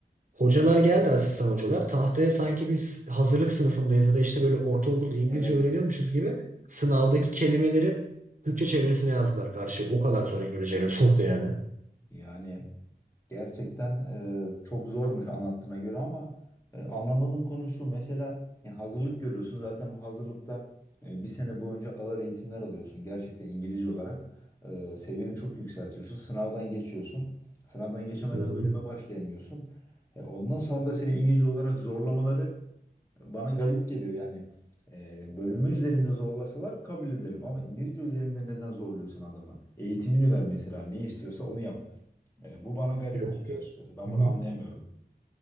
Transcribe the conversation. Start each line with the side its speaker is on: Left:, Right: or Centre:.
Right: Hocalar geldi asistan hocalar. Tahtaya sanki biz hazırlık sınıfındayız ya da işte böyle ortaokulda İngilizce
Left: Evet.
Right: öğreniyormuşuz gibi sınavdaki kelimelerin Türkçe çevirisini yazdılar karşı. O kadar zor İngilizceyle sordu yani.
Left: Yani Gerçekten e, çok zormuş anlattığına göre ama e, anlamadığım konu şu. Mesela ya hazırlık görüyorsun. Zaten bu hazırlıkta e, bir sene boyunca ağır eğitimler alıyorsun. Gerçekten İngilizce olarak e, seviyeni çok yükseltiyorsun. Sınavdan geçiyorsun. Sınavdan geçemeden
Right: Hı hı.
Left: bölüme başlayamıyorsun. E, ondan sonra da seni İngilizce olarak zorlamaları bana garip geliyor. Yani e, bölümü üzerinde zorlasalar kabul ederim. Ama İngilizce üzerinde neden zorluyorsun adamı? Eğitimini ver mesela. Ne istiyorsa onu yap. E, bu bana garip
Right: Yok
Left: geliyor
Right: yok.
Left: açıkçası. Ben
Right: Hı
Left: bunu
Right: hı.
Left: anlayamıyorum.